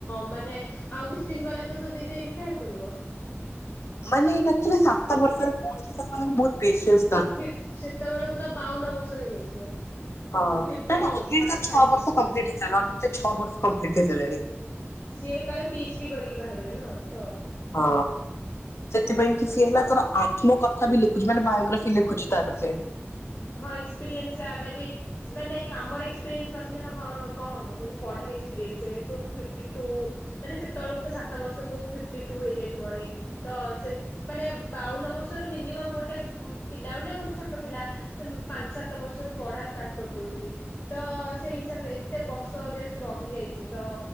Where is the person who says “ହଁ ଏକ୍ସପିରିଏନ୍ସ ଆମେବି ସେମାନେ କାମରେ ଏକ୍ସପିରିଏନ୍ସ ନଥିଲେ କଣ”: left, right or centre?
Left